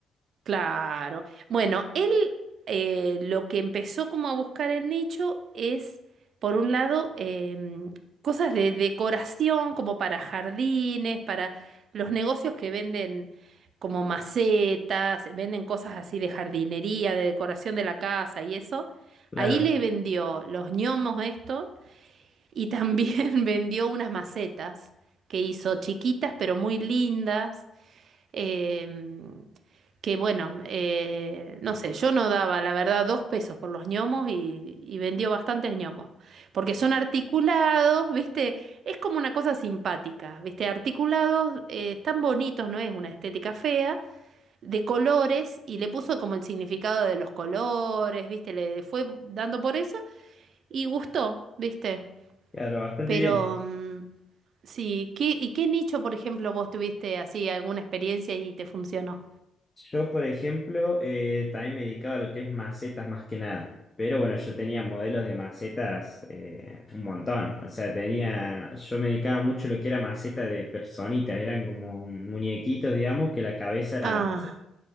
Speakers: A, on the right; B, on the left.
A: Claro. Bueno, él eh, lo que empezó como a buscar el nicho es, por un lado, em, cosas de decoración, como para jardines, para los negocios que venden como macetas, venden cosas así de jardinería, de decoración de la casa y eso.
B: Claro,
A: Ahí le vendió los ñomos estos y también <laughs> vendió unas macetas que hizo chiquitas pero muy lindas. em, que bueno, eh, no sé, yo no daba, la verdad, dos pesos por los gnomos y, y vendió bastantes gnomos Porque son articulados, ¿viste? Es como una cosa simpática, ¿viste? Articulados, eh, están bonitos, no es una estética fea, de colores, y le puso como el significado de los colores, ¿viste? Le, le fue dando por eso y gustó, ¿viste?
B: claro, bastante
A: Pero,
B: bien.
A: mm, sí, ¿qué, y qué nicho, por ejemplo, vos tuviste así alguna experiencia y te funcionó?
B: Yo, por ejemplo, eh, también me dedicaba a lo que es macetas más que nada. Pero bueno, yo tenía modelos de macetas eh, un montón. O sea, tenía, yo me dedicaba mucho a lo que era maceta de personitas. Eran como muñequitos, digamos, que la cabeza era
A: Ah.
B: la maceta.